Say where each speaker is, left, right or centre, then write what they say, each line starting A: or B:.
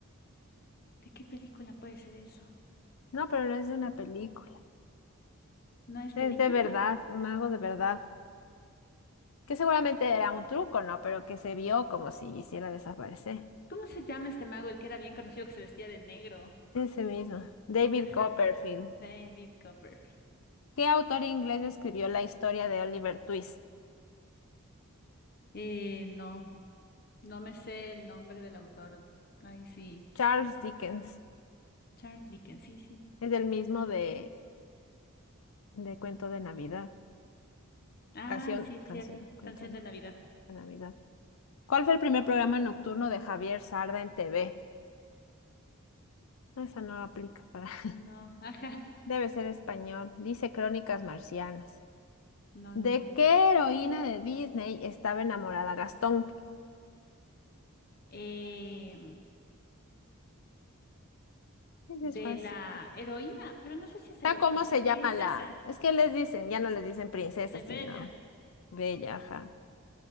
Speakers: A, on the left; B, on the left.
A: ¿de qué película puede ser eso?
B: No, pero no es de una película.
A: ¿No es
B: Es
A: película?
B: de verdad, un mago de verdad. Que seguramente era un truco, ¿no? Pero que se vio como si hiciera desaparecer.
A: ¿Cómo se llama este mago, el que era bien conocido que se vestía de negro?
B: Ese mismo. David
A: Ajá,
B: Copperfield.
A: no. David Copperfield.
B: ¿Qué autor inglés escribió la historia de Oliver Twist?
A: Eh, no, no me sé el nombre del autor. Ay, sí.
B: Charles Dickens.
A: Charles Dickens, sí, sí.
B: Es el mismo de, de Cuento de Navidad.
A: Ah,
B: Canción,
A: sí, es
B: canción,
A: cierto.
B: Cuento
A: Canción
B: de
A: de Navidad.
B: Navidad. ¿Cuál fue el primer programa nocturno de Javier Sarda en TV? No, Esa no aplica para... <laughs>
A: No, <laughs> ajá.
B: Debe ser español. Dice Crónicas Marcianas.
A: No,
B: ¿De
A: no he visto.
B: qué heroína de Disney estaba enamorada Gastón?
A: eh,
B: Ese
A: de
B: es fácil.
A: la heroína, pero no sé si es heroína,
B: ¿Está cómo se
A: o sea, princesa
B: llama la? Es que les dicen, ya no les dicen princesa,
A: de
B: sino
A: Bella.
B: bella, ajá.